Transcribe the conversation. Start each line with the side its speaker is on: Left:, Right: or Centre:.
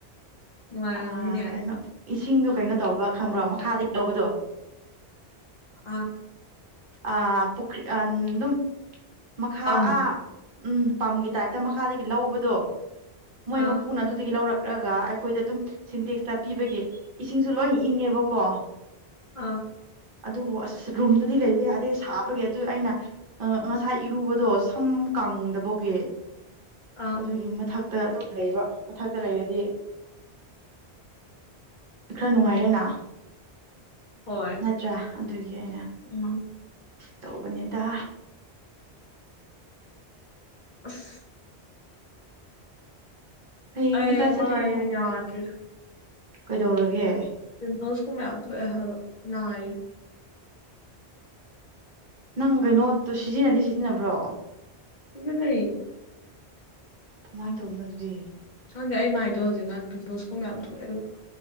Left: ꯅꯨꯡꯉꯥꯏꯔꯝꯅꯤꯅꯦ
Right: ꯑ ꯀꯩꯅꯣ ꯏꯁꯤꯡꯗꯣ ꯀꯩꯅꯣ ꯇꯧꯕ꯭ꯔꯥ ꯈꯪꯕ꯭ꯔꯣ ꯃꯈꯥꯗꯒꯤ ꯂꯧꯕꯗꯣ
Left: ꯑꯥ
Right: ꯑ ꯄꯨꯈꯤ ꯑ ꯑꯗꯨꯝ ꯃꯈꯥ
Left: ꯄꯝ
Right: ꯑ ꯎꯝ ꯄꯝꯒꯤ ꯇꯥꯏꯞꯇ ꯃꯈꯥꯗꯒꯤ ꯂꯧꯕꯗꯣ ꯃꯣꯏ
Left: ꯑꯥ
Right: ꯃꯄꯨꯅ ꯑꯗꯨꯗꯒꯤ ꯂꯧꯔꯛ ꯀꯛ꯭ꯔꯒ ꯑꯩꯈꯣꯏꯗ ꯑꯗꯨꯝ ꯁꯤꯟꯇꯦꯛꯁꯇ ꯄꯤꯕꯒꯤ ꯏꯁꯤꯡꯁꯨ ꯂꯣꯏ ꯏꯪꯉꯦꯕꯀꯣ
Left: ꯑꯥ
Right: ꯑꯗꯨꯕꯨ ꯑꯁ ꯔꯨꯝꯗꯗꯤ ꯂꯩꯕ ꯌꯥꯗꯦ ꯁꯥꯕꯒꯤ ꯑꯗꯨ ꯑꯩꯅ ꯑ ꯉꯁꯥ ꯏꯔꯨꯕꯗꯣ ꯁꯝ ꯀꯪꯗꯕꯒꯤ
Left: ꯑꯥ
Right: ꯑꯗꯨꯒꯤ ꯃꯊꯛꯇ ꯑꯗꯨꯝ ꯂꯩꯕ ꯃꯊꯛꯇ ꯂꯩꯔꯗꯤ ꯈꯔ ꯅꯨꯡꯉꯥꯏꯔꯦꯅ
Left: ꯍꯣꯏ
Right: ꯅꯠꯇ꯭ꯔꯥ ꯑꯗꯨꯒꯤ ꯑꯩꯅ
Left: ꯎꯝ
Right: ꯇꯧꯕꯅꯦꯗ
Left: ꯑꯁ
Right: ꯍꯌꯦꯡꯗꯤ
Left: ꯑꯩ
Right: ꯀꯥꯏ ꯆꯠꯇꯣꯏꯅꯣ
Left: ꯃꯥꯏꯗꯣ ꯌꯥꯗ꯭ꯔꯦꯗ
Right: ꯀꯩꯗꯧꯔꯒꯦ
Left: ꯄꯤꯝꯄꯜꯁꯀꯨꯝꯕ ꯌꯥꯝ ꯊꯣꯛꯑꯦ ꯍꯥꯏꯕ ꯅꯥꯏ
Right: ꯅꯪ ꯀꯩꯅꯣꯠꯇꯣ ꯁꯤꯖꯤꯟꯅꯗꯤ ꯁꯤꯖꯤꯟꯅꯕ꯭ꯔꯣ
Left: ꯁꯤꯖꯤꯟꯅꯩ
Right: ꯀꯃꯥꯏꯅ ꯇꯧꯕꯅꯣ ꯑꯗꯨꯗꯤ
Left: ꯈꯪꯗꯦ ꯑꯩ ꯃꯥꯏꯗꯣ ꯍꯧꯖꯤꯛꯀꯥꯟ ꯄꯤꯝꯄꯜꯁꯀꯨꯝꯕ ꯌꯥꯝ ꯊꯣꯛꯑꯦꯕ